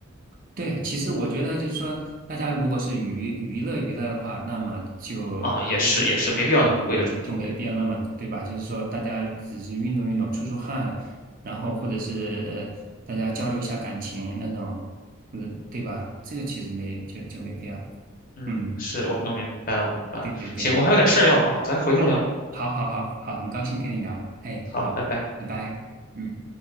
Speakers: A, on the right; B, on the left.
A: 对，其实我觉得就是说，大家如果是娱娱乐娱乐的话，那么就就
B: 啊，也是也是没必要那么贵的装备。
A: 就就那个就没必要那么对吧？就是说，大家只是运动运动、出出汗，然后或者是呃，大家交流一下感情那种，或者对吧？这个其实没就就没必要。
B: 嗯，
A: 嗯，
B: 是我我明白了，我明白了。
A: 对对对，
B: 行，我还有点事儿要忙，咱回头聊。
A: 哎，好好好好，很高兴跟你聊，
B: 嗯，
A: 哎，
B: 好，
A: 好，
B: 拜拜。
A: 拜拜。嗯。